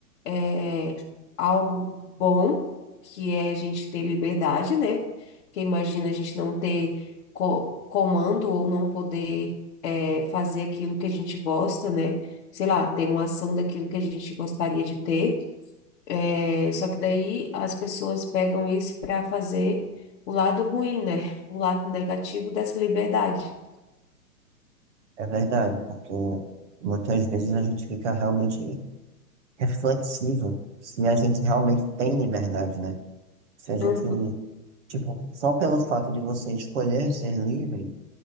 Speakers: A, on the left; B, on the right.
A: é, algo bom, que é a gente ter liberdade, né? Porque imagina a gente não ter co- comando ou não poder é, fazer aquilo que a gente gosta, né? Sei lá, ter uma ação daquilo que a gente gostaria de ter. É, só que daí as pessoas pegam isso para fazer o lado ruim, né? O lado negativo dessa liberdade.
B: É verdade, porque muitas vezes a gente fica realmente reflexivo se a gente realmente tem liberdade, né? Se a gente,
A: Uhum,
B: tipo, só pelo fato de você escolher ser livre,